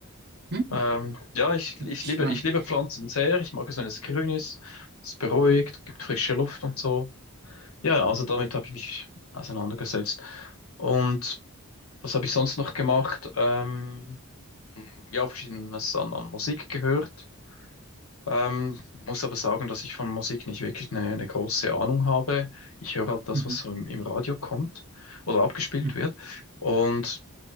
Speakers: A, on the right; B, on the left.
A: Hm.
B: Ähm, ja, ich, ich
A: <laughs> Spannend.
B: liebe, ich liebe Pflanzen sehr. Ich mag es, wenn es grün ist, es beruhigt, gibt frische Luft und so. Ja, also damit habe ich mich auseinandergesetzt. Und was habe ich sonst noch gemacht? Ähm, ja, verschiedenes an, an Musik gehört. Ähm, muss aber sagen, dass ich von Musik nicht wirklich eine, eine große Ahnung habe. Ich höre halt das,
A: Mhm.
B: was so im, im Radio kommt oder abgespielt
A: Mhm.
B: wird. Und,